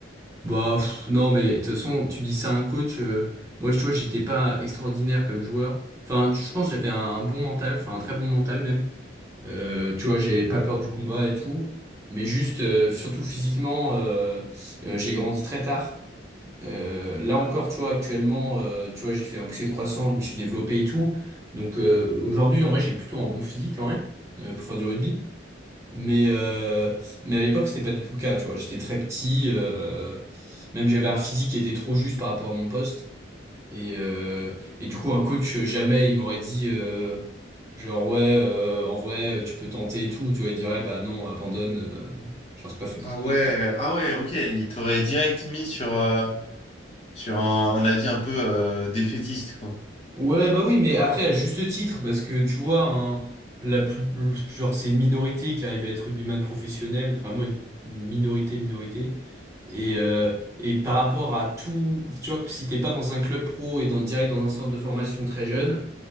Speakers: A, on the right; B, on the left.
A: Bah, pff, non, mais de toute façon, tu dis ça à un coach. euh, moi, je- tu vois, j'étais pas extraordinaire comme joueur. Enfin, je pense que j'avais un, un bon mental, enfin un très bon mental même. Euh, tu vois, j'avais pas peur du combat et tout. Mais juste, euh, surtout physiquement, euh, euh, j'ai grandi très tard. Euh, là encore, tu vois, actuellement, euh, tu vois, j'ai fait un poussé de croissance, je me suis développé et tout. Donc euh, aujourd'hui, en vrai, j'ai plutôt un bon physique, en vrai, euh, pour faire du rugby. Mais, euh, mais à l'époque, c'était pas du tout le cas, tu vois. J'étais très petit, euh, même j'avais un physique qui était trop juste par rapport à mon poste. Et, euh, et du coup, un coach, jamais il m'aurait dit, euh, genre, ouais, euh, en vrai, tu peux tenter et tout. Tu vois, il dirait, bah non, abandonne, euh, genre, c'est pas fait
B: Ah
A: pour toi.
B: ouais, ah ouais, ok. Il t'aurait direct mis sur, euh, sur un, un avis un peu euh, défaitiste, quoi.
A: Ouais, bah oui, mais après, à juste titre, parce que tu vois, hein, la plus, genre, c'est une minorité qui arrive à être rugbyman professionnel, vraiment une, une minorité, minorité. Et, euh, et par rapport à tout, tu vois, que si t'es pas dans un club pro et dans, direct dans un centre de formation très jeune,